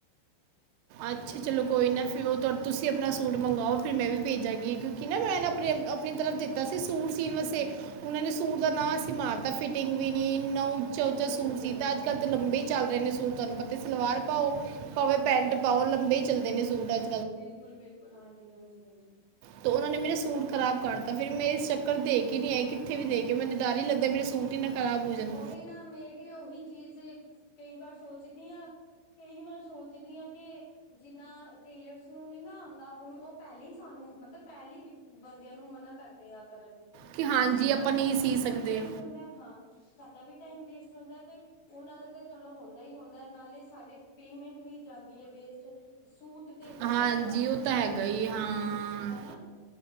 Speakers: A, on the right; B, on the left.
A: ਅੱਛਾ, ਚਲੋ ਕੋਈ ਨਾ ਫੇਰ ਓ ਤੁਸੀਂ ਆਪਣਾ ਸੂਟ ਮੰਗਾਓ, ਫਿਰ ਮੈਂ ਵੀ ਭੇਜਾਂਗੀ, ਇਕ ਕਿ ਨਾ ਮੈਂ ਆਪਣੇ ਆਪਣੀ ਤਰਫ ਦਿੱਤਾ ਸੀ ਸੂਟ ਸੀਣ ਵਾਸਤੇ, ਓਨਾਂ ਨੇ ਸੂਟ ਦਾ
B: ਜੀ
A: ਨਾਂਸ ਈ ਮਾਰਤਾ। ਫਿਰ ਫੀਟਿੰਗ ਵੀ ਨੀ ਏਨਾ ਉੱਚਾ-ਉੱਚਾ
B: ਓਹੋ
A: ਸੂਟ ਸੀਤਾਂ, ਅੱਜ-ਕੱਲ ਤਾਂ ਲੰਬੇ ਈ ਚੱਲ ਰਹੇ ਨੇ ਸੂਟ, ਤੁਆਨੂੰ ਪਤਾ ਤੇ ਸਲਵਾਰ
B: ਬਿਲਕੁਲ
A: ਪਾਓ
B: ਬਿਲਕੁਲ ਹਾਂ
A: ਭਾਵੇਂ ਪੈਂਟ ਪਾਓ, ਲੰਬੇ ਈ ਚੱਲਦੇ ਨੇ, ਸੂਟ ਅੱ
B: ਬਿਲਕੁਲ-ਬਿਲਕੁਲ, ਹਾਂਜੀ, ਹਾਂਜੀ, ਹਾਂਜੀ।
A: ਤੇ ਓਹਨਾਂ ਨੇ ਮੇਰਾ ਸੂਟ ਖਰਾਬ ਕਰਤਾ ਫਿਰ ਮੈਂ ਇਸ ਚੱਕਰ ਦੇ ਕੇ ਨੀ ਆਈ, ਕਿੱਥੇ ਵੀ ਦੇ ਕੇ ਮੈਨੂੰ ਡਰ ਈ ਲੱਗਦਾ, ਮੇਰੇ ਸੂਟ ਹੀ ਨਾ ਖਰਾਬ ਹੋ ਜਾਣ
B: ਓਹੀ ਨਾ ਮੇ ਵੀ ਓਹੀ ਚੀਜ਼ ਕਈ ਵਾਰ ਸੋਚਦੀ ਆਂ ਕਈ ਵਾਰ ਸੋਚਦੀ ਆਂ ਕੇ ਜਿੰਨਾ ਟੇਲਰਸ ਨੂੰ ਨੀ ਨਾ ਆਂਦਾ ਹੁਨ ਓ ਪਹਿਲੀ ਸਾਨੂੰ ਮਤਲਬ ਪਹਿਲੀ ਬੰਦੇਆਂ ਨੂੰ ਮਨਾ ਕਰਦੇ ਆ ਕਰਨ,
A: ਕਿ ਹਾਂਜੀ
B: ਕਿਓਂਕਿ ਇਸ ਤਰਾਂ
A: ਆਪਾਂ ਨਹੀਂ
B: ਸਾਡਾ
A: ਸੀ
B: ਵੀ
A: ਸਕਦੇ
B: ਟਾਈਮ ਵੇਸਟ ਹੁੰਦਾ ਐ ਹਾਂ। ਸਾਡਾ ਵੀ ਟਾਈਮ ਵੇਸਟ ਹੁੰਦਾ ਤੇ ਓਨਾਂ ਦਾ ਤੇ ਚਲੋ ਹੁੰਦਾ ਈ ਹੁੰਦਾ ਨਾਲੇ ਸਾਡੇ ਪੇਮੈਂਟ ਵੀ ਜਾਂਦੀ ਐ ਵੇਸਟ। ਸੂਟ ਤੇ ਹੋ
A: ਹਾਂਜੀ
B: ਗੇਆ ਖ਼ਰਾਬ
A: ਉਹ
B: ਸਾਡਾ,
A: ਤਾਂ ਹੈਗਾ ਹੀ ਹਾਂ
B: ਹੈਨਾ।